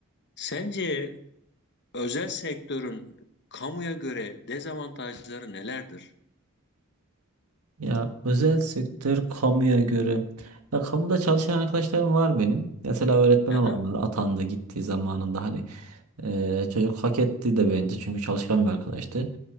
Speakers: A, on the left; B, on the right.
A: Sence özel sektörün kamuya göre dezavantajları nelerdir?
B: Ya özel sektör kamuya göre. Ya kamuda çalışan arkadaşlarım var benim. Mesela öğretmen
A: Aha,
B: olanlar atandı gittiği zamanında hani eee, çocuk hak etti de bence çünkü çalışkan bir arkadaştı.